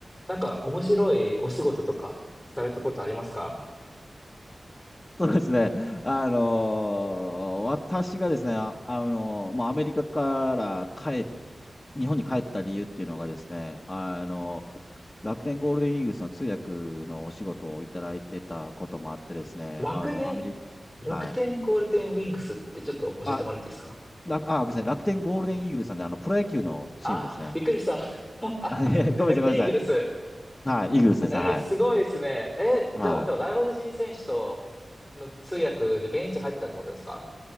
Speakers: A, in the centre; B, on the left.
A: なんか面白いお仕事とかされたことありますか
B: <laughs> そうですね。あのー私がですね、あ、あのーもうアメリカから帰っ、日本に帰った理由っていうのがですね、あの楽天ゴールデンイーグルスの通訳のお仕事をいただいてたこともあってですね、
A: 楽で、
B: あの、アメリ
A: 楽天ゴールデンウィンクスってちょっと教えてもらっていいですか
B: カ、はい。あ、楽、あ、ごめんなさい、楽天ゴールデンイーグルスなんで、あの、プロ野球のチームですね。
A: あ、びっくりした。<laughs>
B: <laughs> あいえごめんなさい、
A: 楽天イーグルス。
B: ごめんなさい。はい、イーグルスですね、
A: えーすごいですね。
B: はい。
A: えーじゃあ、
B: はい。
A: ことは外国人選手との通訳でベンチ入ってたってことですか